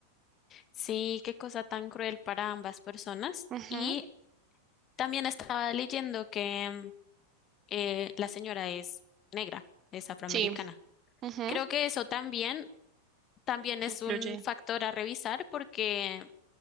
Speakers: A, on the left; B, on the right.
A: Sí, qué cosa tan cruel para ambas personas.
B: Ujú,
A: Y también estaba leyendo que mm, eh, la señora es negra, es afroamericana.
B: Sí, ujú,
A: Creo que eso también, también es
B: influye.
A: un factor a revisar porque